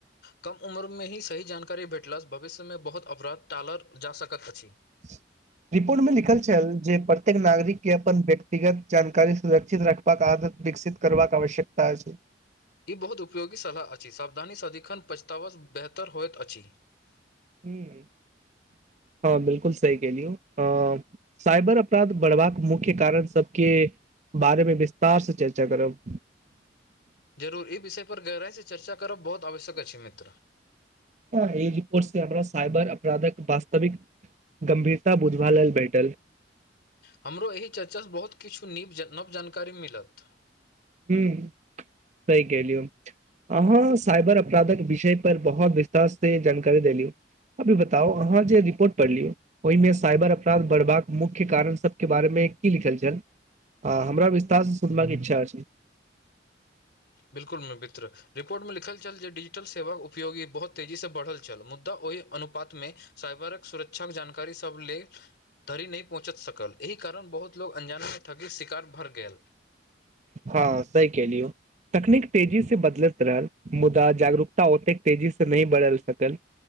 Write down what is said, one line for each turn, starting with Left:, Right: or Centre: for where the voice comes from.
Left: कम उम्रमे ही सही जानकारी भेटलँ भविष्यमे बहुत अपराध टालल जा सकैत अछि
Right: <inaudible> <inaudible> रिपोर्ट में लिखल छल जे प्रत्येक नागरिक के अपन व्यक्तिगत जानकारी सुरक्षित रख पक आदत विकसित करबाकक आवश्यकता छै
Left: ई बहुत उपयोगी सलाह अछि सावधानी सदिखन पचतावा बेहतर होइत अछि
Right: ह हँ बिल्कुल सही कलियै अ साइबर अपराध बढ़बाक मुख्य कारण सबके बारे मे विस्तार से चर्चा करब
Left: जरूर ई विषय पर गहराइ से चर्चा करब बहुत आवश्यक अछि मित्र
Right: हँ ई रिपोर्ट से हमरा सइबर अपराधक वास्तविक गंभीरता बुझबा लेल बैटल
Left: हमरो एहि चर्चासँ बहुत किछु नव जानकारी मिलत
Right: हं सही कहलियौ अहाँ साईबर अपराधक विषय पर बहुत विस्तार से जानकारी देलिय अभी बताउ अहाँ जे रिपोर्ट पढ़लियै ओहिमे साइबर अपराध बढ़बाक मुख्य कारण सबके बारेमे की लिखल छल ह हमरा विस्तार से सुनबाक इच्छा छै
Left: बिल्कुल भित्र रिपोर्टमे लिखल छल जे डिजिटल सेवाक उपयोगी बहुत तेजीसँ बढ़ल छल मुद्दा ओहि अनुपातमे साइबरक सुरक्षाक जानकारी सब ले धरि नहि पहुँचत सकल एहि कारण बहुत लोको अन्जानमे ठगिक शिकार भरि गेल
Right: हँ सही केलियौ तकनीक तेजी से बदलैत रहल मुदा जागरूकता ओतेक तेजी से नहि बदलि सकल